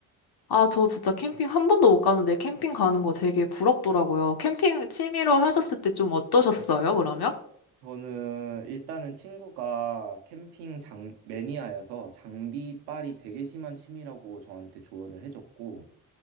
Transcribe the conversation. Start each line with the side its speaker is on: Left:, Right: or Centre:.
Left: 아, 저 진짜 캠핑 한 번도 못 가는데 캠핑 가는 거 되게 부럽더라고요. 캠핑 취미로 하셨을 때 좀 어떠셨어요, 그러면?
Right: 저는 일단은 친구가 캠핑 장 매니아여서 장비빨이 되게 심한 취미라고 저한테 조언을 해줬고